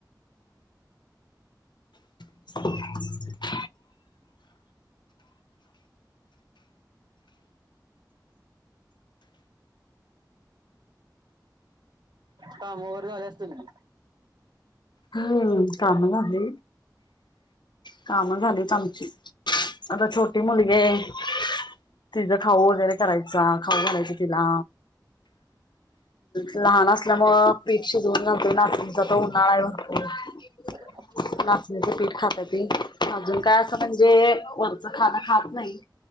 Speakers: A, on the left (about 90°); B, on the right (about 70°).
A: <inaudible>
B: कामं वगैरे झालं असतील ना
A: हम्म, काम झाले कामं झालीत आमची, आता छोटी मुलगी आहे. तिचा खाऊ वगैरे करायचा खाऊ घालायच तिला लहान असल्यामूळ पीठ शिजवून घालतोय नाचणीच, आत्ता उन्हाळा आहे म्हणून. <unintelligible>
B: अच्छा
A: नाचणीच पीठ खात्या ती अजून काय असं म्हणजे वरचं खाणं खात नाही